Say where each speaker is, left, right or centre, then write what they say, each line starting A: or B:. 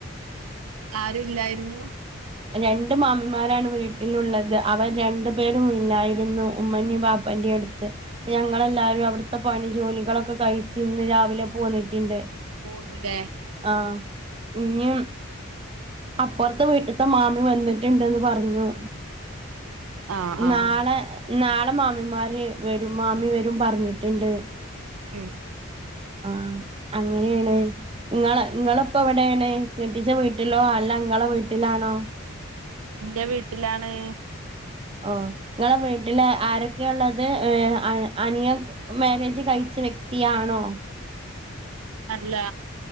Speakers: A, on the right; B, on the right.
A: ആരുല്ലായിരുന്നു
B: രണ്ട് മാമ്മിമാരാണ് വീട്ടിലുള്ളത് അവർ രണ്ടു പേരും ഇല്ലായിരുന്നു ഉമ്മനിം ബാബു- വണ്ടി എടുത്ത് പ്പ ഞങ്ങളെല്ലാരും അവിടുത്തെ പണി ജോലികളൊക്കെ കഴിച്ച് ഇന്ന് രാവിലെ പോന്നിട്ട്ണ്ട്.
A: പോന്നുല്ലേ.
B: ആഹ് ഇന്നിം അപ്പുറത്തെ വീട്ട്. ത്ത മാമി വന്നിട്ടുണ്ടന്ന് പറഞ്ഞു.
A: ആഹ്
B: നാളെ
A: ആഹ്
B: നാളെ മാമിമാര് വരും മാമി വരും പറഞ്ഞിട്ടുണ്ട്.
A: ഉം
B: ആഹ് അങ്ങനെയാണ് ങ്ങളെ ങ്ങളെ. പ്പം വിടേണ് കെട്ടിച്ച വീട്ടിലോ അല്ല ങ്ങളെ വീട്ടിലാണോ?
A: ന്റെ വീട്ടിലാണ്.
B: ഓഹ് ങ്ങളെ വീട്ടില് ആരൊക്കെയ ഉള്ളത് ഏ അനിയ. മാരേജ് കഴിച്ച വ്യക്തിയാണോ?
A: അല്ല.